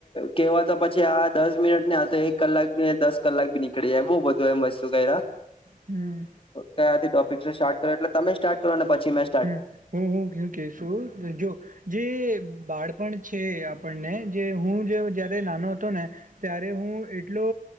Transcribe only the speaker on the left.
કેવા તો પછી આ દસ મિનિટ ને આ તો એક કલાક બી દસ કલાક બી ન પક બ બધું એ મસ્તું કયરા
કયાથી ટોપિક થી સ્ટાર્ટ કરો એટલે તમે સ્ટાર્ટ કરો પછી મેં સ્ટા